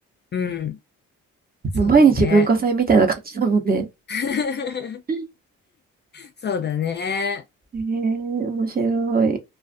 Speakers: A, on the left (about 35°); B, on the right (about 30°).
A: うん。そうだね。
B: もう毎日文化祭みたいな感じだもんね。
A: <laughs>
B: <laughs>
A: そうだね。
B: へえ面白い。